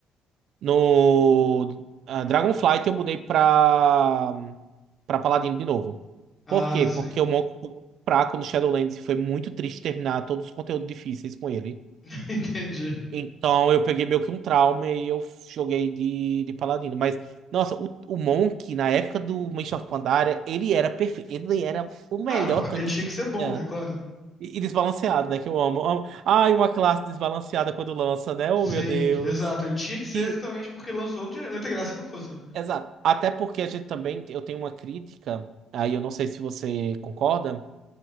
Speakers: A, on the right (about 65°); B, on the left (about 25°).
A: no ah, Dragonflight eu mudei pra, pra Paladino de novo.
B: Ah,
A: Por quê?
B: sim.
A: Porque o Monkey foi muito fraco no Shadowlands e foi muito triste terminar todos os conteúdos difíceis com ele.
B: <laughs> Entendi.
A: Então eu peguei meio que um trauma e eu joguei de, de paladino. Mas, nossa, o, o Monk, na época do Mist of Pandaria, ele era perfeito. Ele era o melhor
B: Ah, porque
A: tanque
B: ele tinha
A: que
B: que
A: tinha.
B: ser bom, né? Claro.
A: E, e desbalanceado, né? Que eu amo, amo. Ai, uma classe desbalanceada quando lança, né? Oh,
B: Sim,
A: meu Deus.
B: exato. Ele tinha que ser
A: E,
B: exatamente porque lançou, não tinha nem ter graça se não fosse, né?
A: exato. Até porque a gente também, eu tenho uma crítica, aí eu não sei se você concorda,